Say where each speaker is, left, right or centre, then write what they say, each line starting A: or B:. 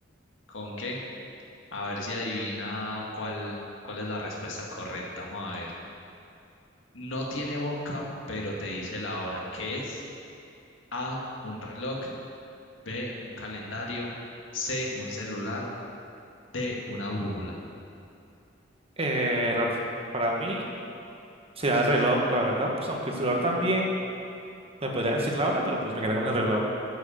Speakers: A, on the left; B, on the right.
A: ¿con qué? A ver si adivina cuál, cuál es la respuesta correcta. Vamos a ver. No tiene boca, pero te dice la hora. ¿Qué es? A, un reloj. B, un calendario, C, un celular, D, una brújula.
B: Eh, la- para mí... Será el reloj, la verdad, pues aunque el celular también me podría decir la hora, pero pues me quedé con el reloj.